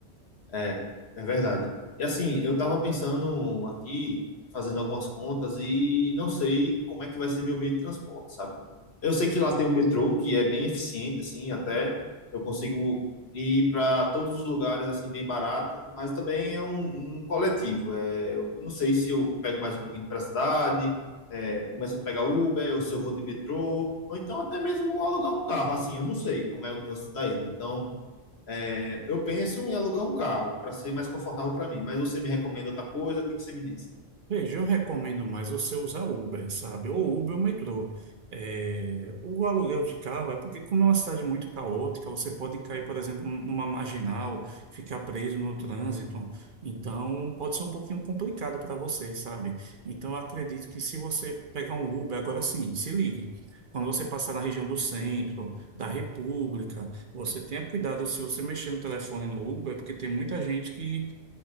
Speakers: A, on the left; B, on the right.
A: é, é verdade. E assim, eu tava pensando aqui, fazendo algumas contas, e não sei como é que vai ser meu meio de transporte, sabe? Eu sei que lá tem um metrô que é bem eficiente, assim, até eu consigo ir para todos os lugares, assim, bem barato, mas também é um, um coletivo. É, eu não sei se eu pego mais um pouquinho para a cidade, é, começo a pegar Uber, ou se eu vou de metrô, ou então até mesmo alugar um carro, assim, eu não sei como é o trânsito daí. Então. É, eu penso em alugar um carro para ser mais confortável para mim, mas você me recomenda outra coisa? O que que você me diz?
B: Veja, eu recomendo mais você usar Uber, sabe? Ou Uber ou metrô. É, o aluguel de carro é porque, como é uma cidade muito caótica, você pode cair, por exemplo, numa marginal, ficar preso no trânsito. Então, pode ser um pouquinho complicado para você, sabe? Então, eu acredito que se você pegar um Uber, agora sim, se ligue. Quando você passar na região do centro, da República, você tenha cuidado se você mexer no telefone no Uber, porque tem muita gente que